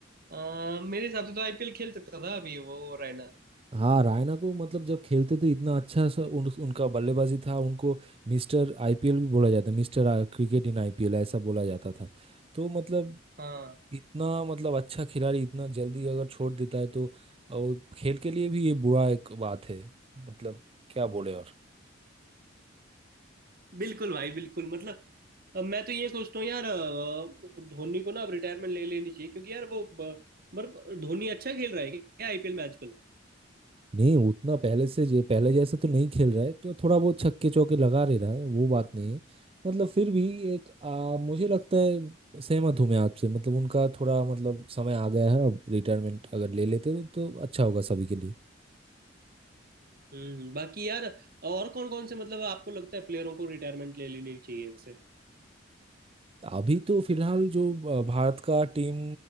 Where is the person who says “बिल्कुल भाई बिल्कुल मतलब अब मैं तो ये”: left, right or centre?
Right